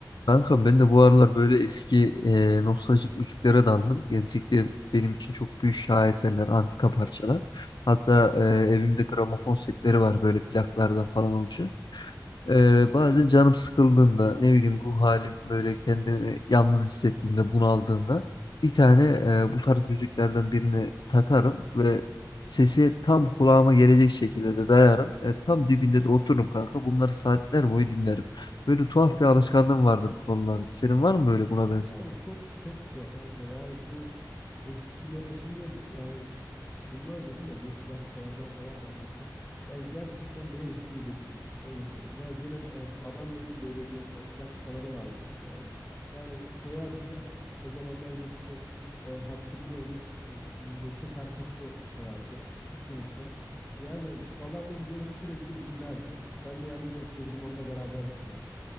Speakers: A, on the left; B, on the left.
A: Kankam ben de bu aralar böyle eski e, nostaljik müziklere daldım. Gerçekten benim için çok büyük şaheserler, antika parçalar. Hatta e, evimde gramofon setleri var böyle plaklardan falan olacak. Ee,
B: Hı
A: bazen
B: hı.
A: canım sıkıldığında ne bileyim ruh halim böyle kendimi yalnız hissettiğimde bunaldığımda bir tane e, bu tarz müziklerden birini takarım ve sesi tam kulağıma gelecek şekilde de dayarım. E, tam dibinde de otururum kanka. Bunları saatler boyu dinlerim. Böyle tuhaf
B: Kanka,
A: bir alışkanlığım vardır bu konularda. Senin var mı böyle buna benzer?
B: yani çok çok güzel kanka. Yani bu eskilere şimdi yani bunlar dedin de bu plakçalardan falan bahsettin. Yani gerçekten beni eskiye götürdün. Öyle söyleyeyim. Yani benim e, babaannemin böyle bir e, plak vardı. Tamam mı? Yani koyardı. O zamanlarda işte e, hatırlıyorum e, Neşet Ertaş'ı koyardı. Hiç unutmam. Yani babaannem böyle sürekli dinlerdi. Ben de yanında otururdum onunla beraber dinlerdim.